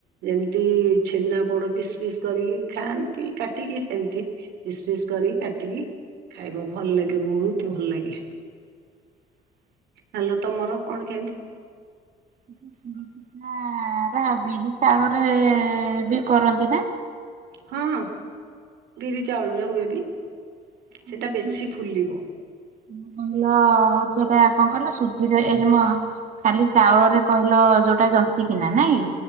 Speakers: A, on the right; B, on the right.
A: ଯେମିତି ଛେନା ପୋଡ ପିସ୍ ପିସ୍ କରିକି ଖାଆନ୍ତି କାଟିକି। ସେମିତି ପିସ୍ ପିସ୍ କରିକି କାଟିକି ଖାଇବ। ଭଲ ଲାଗିବ। ବହୁତ ଭଲ ଲାଗେ।
B: <inaudible>
A: ହାଲୋ ତମର କଣ କେମିତି?
B: ହୁଁ। <unintelligible> ବିରି ଚାଉଳରେ ବି କରନ୍ତି ନା?
A: ହଁ ବିରି ଚାଉଳରେ ହୁଏ ବି।
B: <inaudible>
A: ସେଟା ବେଶୀ ଫୁଲିବ
B: <unintelligible> କହିଲ ହଉଛି ଏଇଟା କଣ କହିଲ ସୁଧିରେ ଏଇ ଯୋଉ ଆମ ଖାଲି ଚାଉଳରେ କହିଲ ଯୋଉଟା ଜନ୍ତି କିିନା ନାଇଁ?